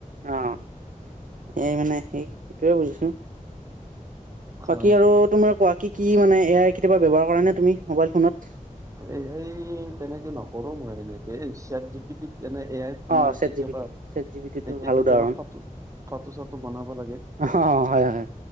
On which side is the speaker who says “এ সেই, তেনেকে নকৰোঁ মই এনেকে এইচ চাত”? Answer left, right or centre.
Right